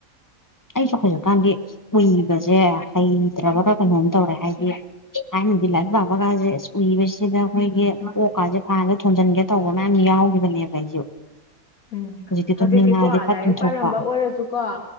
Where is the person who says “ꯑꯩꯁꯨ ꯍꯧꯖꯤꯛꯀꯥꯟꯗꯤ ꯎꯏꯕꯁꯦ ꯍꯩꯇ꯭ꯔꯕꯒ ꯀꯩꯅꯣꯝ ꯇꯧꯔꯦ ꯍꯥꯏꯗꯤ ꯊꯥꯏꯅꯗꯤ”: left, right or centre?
Left